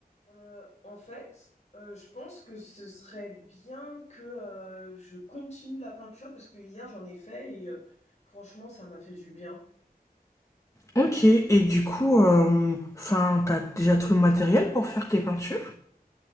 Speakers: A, on the left (about 45°); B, on the left (about 20°).
A: Heu, en fait, heu, je pense que ce serait bien que, heu, je continue la peinture parce que hier j'en ai fait et heu, franchement ça m'a fait du bien.
B: Ok, et du coup, euh, enfin, t'as déjà tout le matériel pour faire tes peintures?